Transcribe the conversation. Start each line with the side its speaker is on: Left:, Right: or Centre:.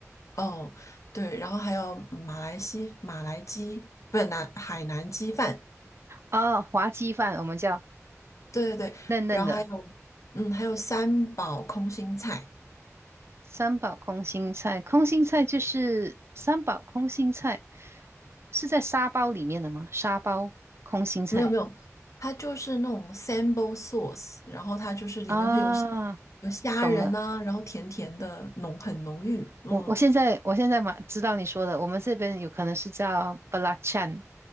Left: 哦，对，然后还有马来西马来鸡，不是南海南鸡饭，
Right: 哦，滑鸡饭我们叫
Left: 对对对，
Right: 嫩嫩的
Left: 然后还有嗯，还有三宝空心菜，
Right: 三宝空心菜，空心菜就是三宝空心菜，是在沙包里面的吗？沙包空心菜
Left: 没有没有，它就是那种 sambal sauce，然后它就是里面会有虾
Right: 啊，
Left: 有虾仁啊，
Right: 懂了。
Left: 然后甜甜的浓很浓郁，嗯
Right: 我我现在我现在嘛知道你说的，我们这边有可能是叫巴拉찬